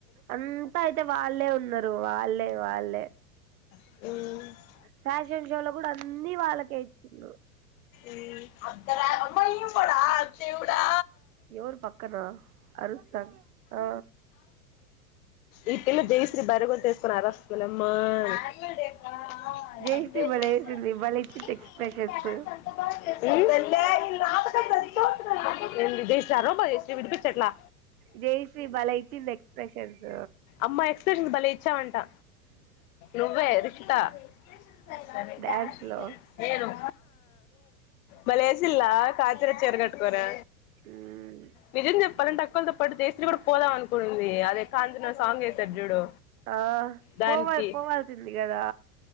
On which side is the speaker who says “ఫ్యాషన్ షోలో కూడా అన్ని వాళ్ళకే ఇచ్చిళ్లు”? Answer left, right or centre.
Right